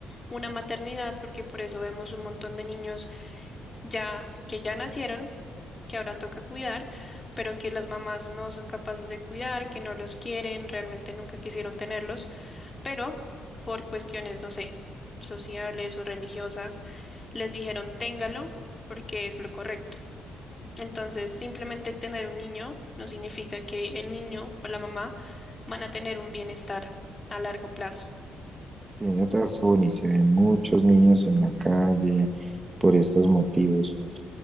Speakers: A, on the left; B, on the right.
A: una maternidad, porque por eso vemos un montón de niños ya que ya nacieron, que ahora toca cuidar, pero que las mamás no son capaces de cuidar, que no los quieren, realmente nunca quisieron tenerlos, pero por cuestiones, no sé, sociales o religiosas, les dijeron téngalo porque es lo correcto. Entonces, simplemente el tener un niño no significa que el niño o la mamá van a tener un bienestar a largo plazo.
B: Tiene razón y se ven muchos niños en la calle por estos motivos.